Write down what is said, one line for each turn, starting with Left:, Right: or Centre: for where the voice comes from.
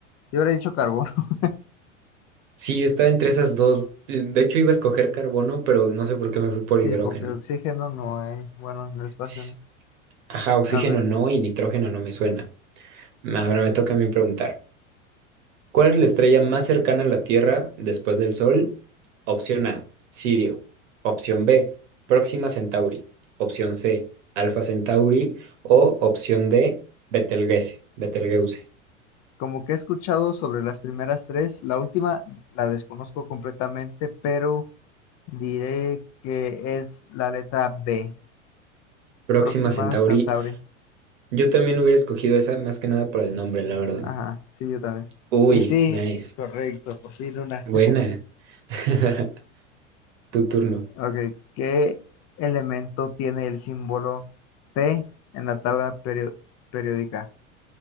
Left: Yo hubiera dicho carbono. <laughs>
Right: sí, yo estaba entre esas dos. eh, De hecho, iba a escoger carbono, pero no sé por qué me fui por hidrógeno.
Left: Sí, porque oxígeno no hay. Bueno, en el espacio
Right: S-
Left: no.
Right: Ajá, oxígeno
Left: A ver.
Right: no y nitrógeno no me suena. Ahora me toca a mí preguntar. ¿Cuál es la estrella más cercana a la Tierra después del Sol? Opción A, Sirio. Opción B, Próxima Centauri. Opción C, Alfa Centauri. O opción D, Betelgeuse. Betelgeuse.
Left: Como que he escuchado sobre las primeras tres, la última la desconozco completamente, pero Diré que es la letra B,
Right: Próxima
Left: próxima
Right: Centauri.
Left: a Centauri.
Right: Yo también hubiera escogido esa más que nada por el nombre, la verdad.
Left: Ajá, sí, yo también.
Right: Uy,
Left: Y sí,
Right: nice.
Left: correcto, por fin una.
Right: Buena.
Left: <laughs>
Right: <laughs> Tu turno.
Left: Ok, ¿qué elemento tiene el símbolo P en la tabla perio- periódica?